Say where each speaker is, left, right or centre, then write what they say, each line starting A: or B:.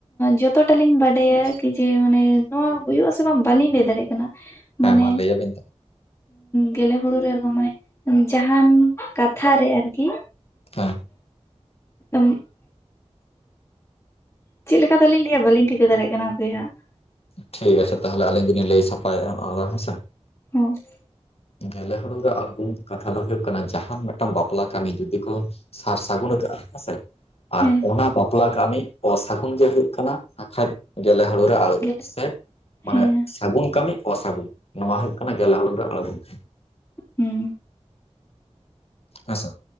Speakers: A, on the left; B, on the left.
A: ᱡᱚᱛᱚᱴᱟ ᱞᱤᱧ ᱵᱟᱰᱟᱭᱟ ᱠᱤ ᱡᱮ ᱢᱟᱱᱮ ᱱᱚᱣᱟ ᱦᱩᱭᱩᱜᱼᱟ ᱥᱮ ᱵᱟᱝ ᱵᱟᱹᱞᱤᱧ ᱞᱟᱹᱭ ᱫᱟᱲᱮᱭᱟᱜ ᱠᱟᱱᱟ᱾ ᱢᱟᱱᱮ
B: ᱦᱮᱸ ᱢᱟ ᱞᱟᱹᱭᱟᱵᱤᱱ ᱛᱚ᱾
A: ᱜᱮᱞᱮ ᱦᱩᱲᱩ ᱨᱮ ᱟᱬᱜᱚᱢ ᱢᱟᱱᱮ ᱡᱟᱦᱟᱱ ᱠᱟᱛᱷᱟ ᱨᱮ ᱟᱨᱠᱤ
B: ᱟ᱾
A: ᱛᱢ <inaudible> ᱪᱮᱫ ᱞᱮᱠᱟ ᱛᱟᱞᱤᱧ ᱞᱟᱹᱭᱟ ᱵᱟᱞᱤᱧ ᱴᱷᱤᱠᱟᱹ ᱫᱟᱲᱮᱭᱟᱜ ᱠᱟᱱᱟ ᱦᱟᱯᱮ ᱦᱟᱜ ᱾
B: ᱴᱷᱤᱠ ᱟᱪᱷᱮ ᱛᱟᱦᱚᱞᱮ ᱟᱹᱞᱤᱧ ᱜᱮᱞᱤᱧ ᱞᱟᱹᱭ ᱥᱟᱯᱷᱟᱭ ᱮᱟ ᱱᱚᱣᱟ ᱫᱚ ᱦᱮᱸᱥᱮ᱾
A: ᱦᱩᱸ ᱾
B: ᱜᱞᱮ ᱦᱩᱲᱩ ᱨᱮ ᱟᱬᱜᱚᱢ ᱠᱟᱛᱷᱟ ᱫᱚ ᱦᱩᱭᱩᱜ ᱠᱟᱱᱟ ᱡᱟᱸᱦᱟᱱ ᱢᱤᱫᱴᱟᱝ ᱵᱟᱯᱞᱟ ᱠᱟᱹᱢᱤ ᱡᱩᱫᱤ ᱠᱚ ᱥᱟᱨ ᱥᱟᱜᱩᱱ ᱟᱠᱟᱜᱼᱟ ᱦᱮᱸᱥᱮ ᱟᱨ
A: ᱦᱮᱸ
B: ᱚᱱᱟ ᱵᱟᱯᱞᱟ ᱠᱟᱹᱢᱤ ᱚᱥᱟᱹᱜᱩᱱ ᱜᱮ ᱦᱩᱭᱩᱜ ᱠᱟᱱᱟ ᱟᱷᱪᱟ ᱡᱤ ᱜᱮᱞᱮ ᱦᱩᱲᱩ ᱨᱮ ᱟᱬᱜᱚᱢ
A: ᱦᱮᱸ
B: ᱥᱮ ᱢᱟᱱᱮ
A: ᱦᱮᱸ
B: ᱥᱟᱹᱜᱩᱱ ᱠᱟᱹᱢᱤ ᱚᱥᱟᱹᱜᱩᱱ ᱱᱚᱣᱟ ᱦᱩᱭᱩᱜ ᱠᱟᱱᱟ ᱜᱮᱞᱮ ᱦᱩᱲᱩ ᱨᱮ ᱟᱲᱜᱩᱢ᱾
A: ᱦᱩᱸ
B: ᱦᱮᱸᱥᱮ ᱾